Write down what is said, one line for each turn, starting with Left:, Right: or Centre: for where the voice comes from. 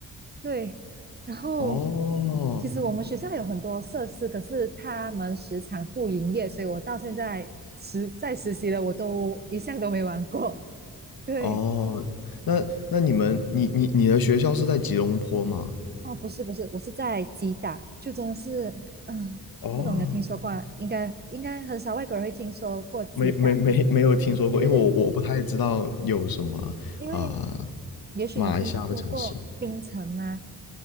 Right: 对，然后
Left: 哦
Right: 其实我们学校有很多设施，可是他们时常不营业，所以我到现在实在实习了，我都一项都没玩过，<laughs> 对。
Left: 哦，那那你们你你你的学校是在吉隆坡吗？
Right: 哦，不是不是，我是在吉打，就真的是，嗯、
Left: 哦
Right: 不懂有听说过啊应该应该很少外国人会听说过吉打。
Left: 没没没没有听说过，
Right: 对对对，
Left: 因为我我不太知道有什么呃
Right: 因为也许你听说过槟城吗？
Left: 马来西亚的城市